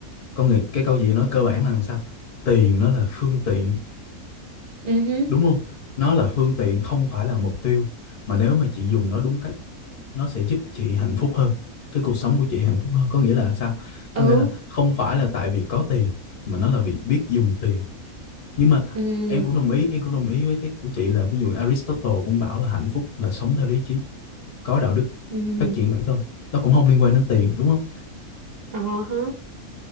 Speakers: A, on the left (about 55°); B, on the right (about 60°).
A: có nghĩa cái câu chị nói cơ bản là làm sao tiền nó là phương tiện
B: ừ hứ,
A: đúng không nó là phương tiện không phải là mục tiêu mà nếu mà chị dùng nó đúng cách nó sẽ giúp chị hạnh phúc hơn cái cuộc sống của chị hạnh phúc hơn có nghĩa là sao có
B: ừ
A: nghĩa là không phải là tại vì có tiền mà nó là vì biết dùng tiền nhưng mà
B: ừ
A: em cũng đồng ý em cũng đồng ý với cái của chị là ví dụ Aristotle cũng bảo là hạnh phúc là sống theo lý trí có đạo đức
B: ừ ừ,
A: phát triển bản thân nó cũng không liên quan đến tiền đúng không
B: ờ hả.